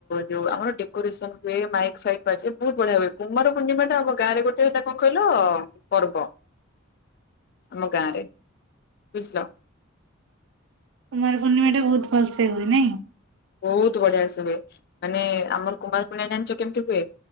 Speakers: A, on the left; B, on the right.
A: ଯୋଉ ଆମର ଡେକୋରେସନ ହୁଏ ମାଇକ୍ ଫାଇକ୍ ବାଯେ ବହୁତ ବଢିଆ ହୁଏ କୁମ୍ଭାର ପୁ <unintelligible> ମା ଟା ଆମ ଗାଁ ରେ ଗୋଟେ ହେଟ୍ଟା କଣ କହିଲ? ପର୍ବ ଆମ ଗାଁରେ ବୁଝିଲ
B: କୁମାର ପୂର୍ଣ୍ଣିମା ଟା ବହୁତ ଭଲସ ହୁଏ। ନାଇଁ
A: ବହୁତ ବଢିଆ ସେ ହୁଏ ମାନେ ଆମର କୁମାର ପୂର୍ଣ୍ଣିମା ଜାଣିଛ କେମିତି ହୁଏ